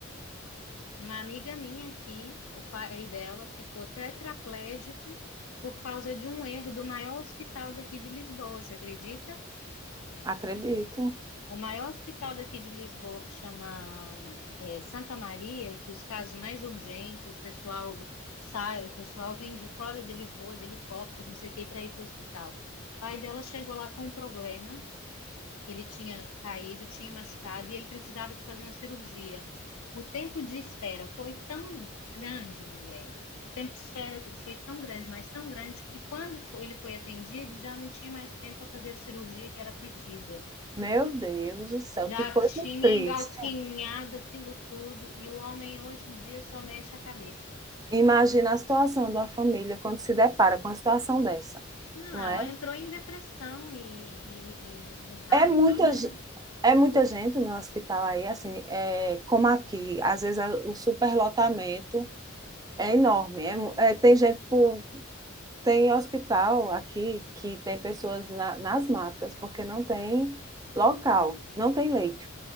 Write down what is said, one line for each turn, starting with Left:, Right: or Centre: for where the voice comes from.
Left: Uma amiga minha aqui, o pai dela ficou tetraplégico por causa de um erro do maior hospital daqui de Lisboa, você acredita?
Right: Acredito.
Left: O maior hospital daqui de Lisboa, que chama é, Santa Maria, que os casos mais urgentes, o pessoal sai, o pessoal vem de fora de Lisboa, de helicóptero, não sei o que, para ir para o hospital. O pai dela chegou lá com um problema que ele tinha caído, tinha machucado e ele precisava de fazer uma cirurgia. O tempo de espera foi tão grande, mulher. O tempo de espera que foi tão grande, mas tão grande, que quando fo- ele foi atendido, já não tinha mais tempo para fazer a cirurgia que era precisa.
Right: Meu Deus do céu,
Left: Já
Right: que coisa
Left: tinha
Right: triste.
Left: engalfinhado aquilo tudo e o homem hoje em dia só mexe a cabeça.
Right: Imagina a situação da família quando se depara com uma situação dessa,
Left: Não,
Right: não
Left: ela
Right: é?
Left: entrou em depressão e, e e- e raiva,
Right: É muita,
Left: né?
Right: ge- é muita gente no hospital aí, assim, é, como aqui, às vezes a- o superlotamento é enorme. É mu- é, tem gente por, tem hospital aqui que tem pessoas na- nas macas, porque não tem local, não tem leito.